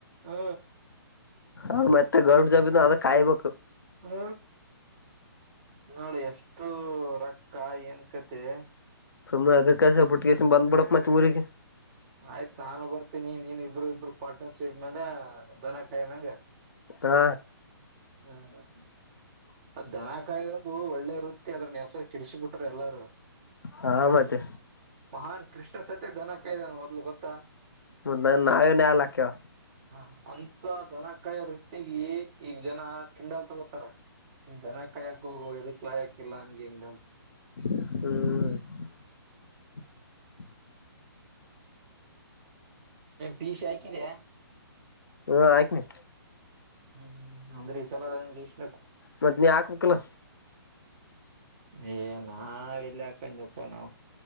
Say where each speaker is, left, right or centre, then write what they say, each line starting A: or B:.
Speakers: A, on the right; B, on the left.
A: ಹಾ
B: ಹ ಮತ್ತೆ ಗವರ್ನಮೆಂಟ್ ಜಬಿಂದ ಅದ ಕಾಯ್ಬೇಕು
A: ಹಾ ನೋಡಿ ಎಷ್ಟು ರೊಕ್ಕ ಏನ್ ಕತೆ
B: ಸುಮ್ಮನೆ ಅದಕ ಅಸೆ ಬುಟ್ಟಿಗೆಸ ಬಂದ ಬಿಡಪ್ಪ ಮತ್ತ ಊರಿಗೆ.
A: ಆಯ್ತ್ ನಾನು ಬರ್ತೀನಿ ನೀನ್ ಇಬ್ರು ಇಬ್ರು ಪಾರ್ಟ್ನರ್ಶಿಪ್ ಮೇಲೆ ಬನ ಕಾಯಮಂಗ
B: ಹಾ
A: ಹ್ಮ್ ಹ್ಮ ಹ್ಮ ಅದ್ ದನ ಕಾಯಂಗು ಒಳ್ಳೆ ವೃತ್ತಿ ಅದ್ರನ್ನ ಹೆಸರು ಕೆಡಸಿ ಬಿಟ್ರ ಎಲ್ಲಾರ
B: ಹ ಮತ್ತೆ
A: ಹಾ ಕೃಷ್ಣ ಸತ್ಯೇ ಧನ ಕೈದ ಮೊದಲು ಗೋತ್ತಾ
B: ಮ ನ ನಾವೇನ್ಯಾಲ ಹಾಕ್ಯವ
A: ಹಾ ಅಂತ ದನಕಾಯಿ ವೃತ್ತಿಗೆ ಈಗ ಜನ ಕಿಂಡಲ್ ತಗೋತಾರ ನೀ ದನ ಕಾಯಾಕು ಎದಕ ಲಾಯಾಕಿಲ್ಲ ಹಂಗ ಹಂಗ ಅಂತ
B: ಹ್ಮ್
A: ಪೀಶಾಯ ಕಿದೆ
B: ಹ ಆಯಕ ನೀ
A: ಹ್ಮ್ ಹ್ಮ್ ಅಂದ್ರೆ ಈ ಸಲ ಇಷ್ಟ
B: ಮತ್ತ ನೀ ಹಾಕ್ಬೇಕಕ್ಲ್
A: ಏ ನಾ ಎಲ್ಲಿ ಹಾಕಂದಪ್ಪ ನಾವು